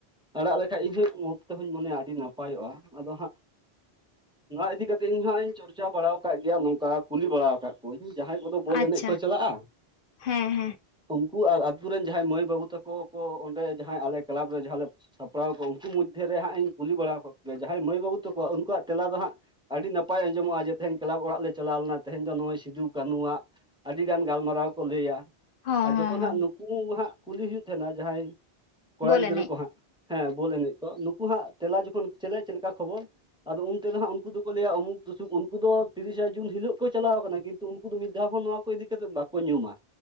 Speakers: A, in the centre; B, on the left.
A: ᱟᱲᱟᱜ ᱞᱮᱠᱷᱟᱡ ᱤᱧᱦᱚᱸ ᱢᱚᱡᱽ ᱛᱮᱦᱚᱧ ᱢᱚᱱᱮᱭᱟ ᱟᱹᱰᱤ ᱱᱟᱯᱟᱭᱚᱜᱼᱟ᱾ ᱟᱫᱚ ᱦᱟᱸᱜ ᱱᱚᱣᱟ ᱤᱫᱤᱠᱟ ᱠᱟᱛᱮ ᱤᱧ ᱦᱟᱸᱜ ᱤᱧ ᱪᱚᱨᱪᱟ ᱵᱟᱲᱟ ᱟᱠᱟᱫ ᱜᱮᱭᱟ ᱱᱚᱝᱠᱟ ᱠᱩᱞᱤ ᱵᱟᱲᱟ ᱟᱠᱟᱫ ᱠᱚᱣᱟᱜ ᱡᱟᱦᱟᱸᱟᱭ ᱠᱚᱫᱚ
B: ᱟᱪᱪᱷᱟ
A: ᱵᱚᱞ ᱮᱱᱮᱡ ᱠᱚ ᱪᱟᱞᱟᱜᱼᱟ᱾
B: ᱦᱮᱸ ᱦᱮᱸ
A: ᱩᱱᱠᱩ ᱟᱨ ᱟᱹᱛᱩ ᱨᱮᱱ ᱡᱟᱦᱟᱸᱭ ᱢᱟᱹᱭ ᱵᱟᱹᱵᱩ ᱛᱟᱠᱚ ᱠᱚ ᱚᱸᱰᱮ ᱡᱟᱦᱟᱸᱭ ᱟᱞᱮ ᱠᱞᱟᱵᱽ ᱨᱮ ᱡᱟᱦᱟᱸ ᱞᱮ ᱥᱟᱯᱲᱟᱣ ᱠᱚᱣᱟ ᱩᱱᱠᱩ ᱢᱚᱫᱽᱫᱷᱮ ᱨᱮ ᱦᱟᱸᱜ ᱤᱧ ᱠᱩᱞᱤ ᱵᱟᱲᱟ ᱠᱚᱜᱮ, ᱡᱟᱦᱟᱸᱭ ᱢᱟᱹᱭ ᱵᱟᱹᱵᱩ ᱛᱟᱠᱚᱣᱟ ᱩᱱᱠᱩᱣᱟᱜ ᱛᱮᱞᱟ ᱫᱚ ᱦᱟᱸᱜ ᱟᱹᱰᱤ ᱱᱟᱯᱟᱭ ᱟᱸᱡᱚᱢᱚᱜᱼᱟ ᱡᱮ ᱛᱮᱦᱮᱧ ᱠᱞᱟᱵᱽ ᱚᱲᱟᱜ ᱞᱮ ᱪᱟᱞᱟᱣ ᱞᱮᱱᱟ᱾ ᱛᱮᱦᱮᱧ ᱫᱚ ᱱᱚᱜᱼᱚᱭ ᱥᱤᱫᱩ ᱠᱟᱹᱱᱩᱣᱟᱜ ᱟᱹᱰᱤ ᱜᱟᱱ ᱜᱟᱞᱢᱟᱨᱟᱣ ᱠᱚ ᱞᱟᱹᱭᱟ᱾
B: ᱦᱚᱸ
A: ᱟᱨ ᱡᱚᱠᱷᱚᱱ
B: ᱦᱚᱸ ᱦᱚᱸ
A: ᱦᱟᱸᱜ ᱱᱩᱠᱩ ᱦᱟᱸᱜ ᱠᱩᱞᱤ ᱦᱩᱭᱩᱜ ᱛᱟᱦᱮᱱᱟ᱾ ᱡᱟᱦᱟᱸᱭ ᱠᱚᱲᱟ
B: ᱵᱚᱞ
A: ᱜᱤᱫᱽᱨᱟᱹ
B: ᱮᱱᱮᱡ
A: ᱠᱚ ᱦᱟᱸᱜ ᱦᱮᱸ ᱵᱚᱞ ᱮᱱᱮᱡ ᱠᱚ ᱱᱩᱠᱩ ᱦᱟᱸᱜ ᱛᱮᱞᱟ ᱡᱚᱠᱷᱚᱱ ᱪᱮᱞᱮᱫ ᱪᱮᱫ ᱞᱮᱠᱟ ᱠᱷᱚᱵᱚᱨ ᱟᱫᱚ ᱩᱱᱛᱮᱫᱚ ᱦᱟᱸᱜ ᱩᱱᱠᱩ ᱫᱚᱠᱚ ᱞᱟᱹᱭᱟ ᱩᱢᱩᱠ ᱛᱩᱥᱩᱠ ᱩᱱᱠᱩ ᱫᱚ ᱛᱤᱨᱤᱥᱟ ᱡᱩᱱ ᱦᱤᱞᱚᱜ ᱠᱚ ᱪᱟᱞᱟᱣ ᱠᱟᱱᱟ ᱠᱤᱱᱛᱩ ᱩᱱᱠᱩ ᱫᱚ ᱢᱤᱫ ᱫᱷᱟᱣ ᱦᱚᱸ ᱱᱚᱣᱟ ᱩᱱᱠᱩ ᱤᱫᱤ ᱠᱟᱛᱮ ᱵᱟᱠᱚ ᱧᱩᱢᱟ᱾